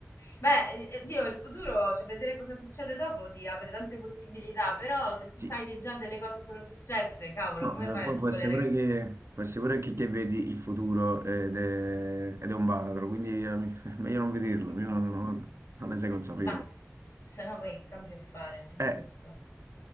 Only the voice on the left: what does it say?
Beh, eh, Dio, il futuro, cioè vedere cosa succede dopo ti apre tante possibilità, però se tu
sai che già delle cose sono successe, cavolo,
come fai
a non
volere
cambiare?
<laughs>
Infatti, se no poi che cambio a fare, è
giusto.